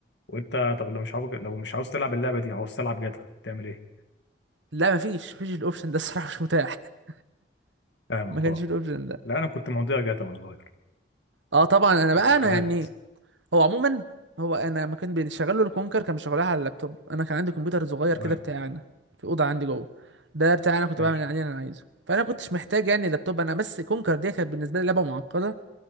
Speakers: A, on the left; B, on the right.
A: وانت طب لو مش عاوز لو مش عاوز تلعب اللعبه دي عاوز تلعب جاتا تعمل ايه
B: لا مفيش مفيش الاوبشن ده الصراحه مش متاح <laughs>
A: فاهمك
B: ما كانش
A: اه
B: فيه الاوبشن ده
A: لا انا كنت مضيع جاتا وانا صغير
B: اه طبعا انا
A: كان
B: بقى
A: ذكريات
B: انا يعني هو عموما هو انا لما كان بيشغله الكونكر كان بيشغلها على اللابتوب انا كان عندي كمبيوتر صغير
A: تمام
B: كده بتاعي انا في اوضه عندي جوه ده بتاعي انا كنت
A: ماشي
B: بعمل عليه اللي انا عايزه فانا كنتش محتاج يعني لابتوب انا بس كونكر دي كانت بالنسبه لي لعبه معقده